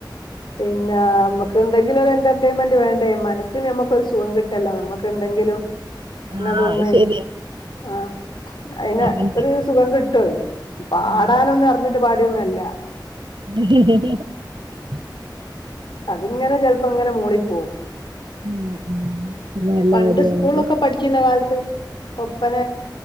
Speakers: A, on the left; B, on the right.
A: പിന്നെ അമ്മക്ക് എന്തെങ്കിലും ഒരു എന്റർടൈൻമെന്റ് വേണ്ടേ അതെ മനസ്സിന് നമുക്കൊരു സുഖം കിട്ടല്ലോ നമുക്ക് എന്തെങ്കിലും
B: ആ
A: ഇന്നതൊന്ന്.
B: അത് ശരിയാ
A: ആ അയ്ന്
B: അങ്ങനത്തെ
A: ഒരു സുഖം കിട്ടുവെയ് പാടാനൊന്നും
B: ആ ആ
A: അറിഞ്ഞിട്ട് പാടിയൊന്നല്ല. <inaudible>
B: <inaudible>
A: അതിങ്ങനെ ചെൽപ്പോ ഇങ്ങനെ മൂളി പോവും.
B: ഉം, ഉം. നല്ല
A: പണ്ട്
B: കാര്യമാണല്ലോ
A: സ്കൂള്ളൊക്കെ പഠിക്കുന്ന കാലത്ത് ഒപ്പന